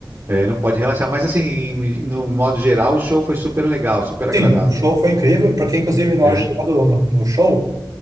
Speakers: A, on the right (about 40°); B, on the right (about 60°).
A: É, não pode relaxar, mas assim, em- no modo geral, o show foi super legal, super agradável.
B: Sim, o show foi incrível, porque inclusive na hora
A: Aham,
B: de chegar do- no, no show,